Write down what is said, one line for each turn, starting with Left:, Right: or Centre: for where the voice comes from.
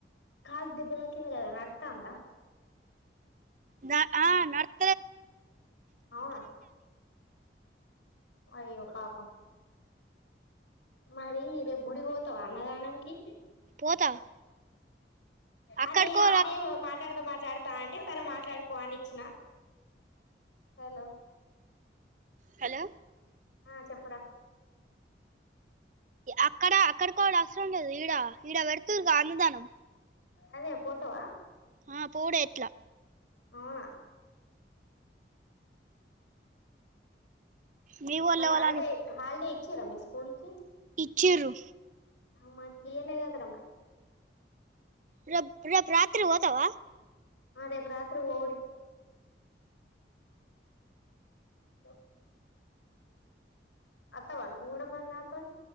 Left: కాల్ దెబ్బ తాకింద కదా నడుతంద
Right: ద ఆ నడ్
Left: అవునా అయ్యో పాపం మరి రేపు గుడికి పోత్ వాస్తవ అన్నదానంకి
Right: పోతా అక్కడికో
Left: అరే ఆడే మాట్లాడుతా మాట్లాడుతా అంటే సరే మాట్లాడుపో అని ఇచ్చినా. హలో
Right: హలో
Left: ఆ చెప్పురా
Right: అక్కడ అక్కడికోడ అవసరం లేదు ఈడ ఈడ పెడుతుర్రు గా అన్నదానం.
Left: అదే పోతవా
Right: ఆ పోడే ఎట్లా
Left: అవునా
Right: మీ వోళ్ళు
Left: మరి
Right: ఎవలని
Left: హాలిడే హాలిడే ఇచ్చిర్రా మీ స్కూల్ కి
Right: ఇచ్చిర్రు
Left: ఆ మాకి ఇయ్యలేదు కదరా మరి
Right: రేప్ రేపు రాత్రికి పోతావా
Left: ఆ రేపు రాత్రి పోవుడే <inaudible> అత్తవా నువ్వు కూడా మరి నాతోనే